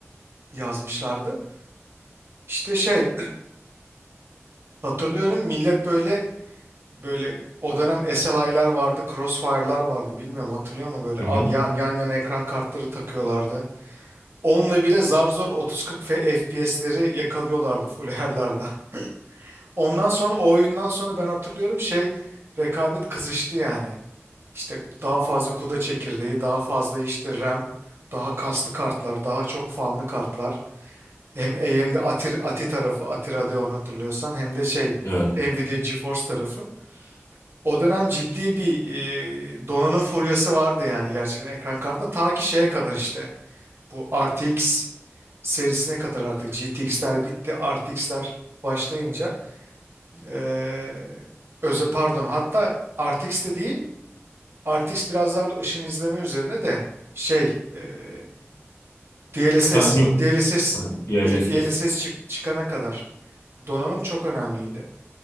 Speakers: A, on the right; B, on the left.
A: yazmışlardı. İşte şey <clears throat> hatırlıyorum millet böyle böyle o dönem SLI'lar vardı, Crossfire'lar vardı. Bilmiyorum hatırlıyor mu böyle
B: Hı
A: Abi
B: hı.
A: yan yan yana ekran kartları takıyorlardı. Onunla bile zar zor 30-40 FPS'leri yakalıyorlardı full her'larda. <laughs> Ondan sonra o oyundan sonra ben hatırlıyorum şey rekabet kızıştı yani. İşte daha fazla kuda çekirdeği, daha fazla işte RAM, daha kaslı kartlar, daha çok fanlı kartlar. Hem AMD Atir, Ati tarafı, Ati Radeon hatırlıyorsan hem de şey
B: Evet.
A: Nvidia GeForce tarafı. O dönem ciddi bir e, donanım furyası vardı yani gerçekten ekran kartında. Ta ki şeye kadar işte bu RTX serisine kadar artık GTX'ler bitti. RTX'ler başlayınca eee özel pardon hatta RTX de değil RTX biraz daha böyle ışın izleme üzerine de şey eee DLSS
B: Sen yok.
A: DLSS
B: Ha, DLSS.
A: ilk DLSS çık- çıkana kadar donanım çok önemliydi.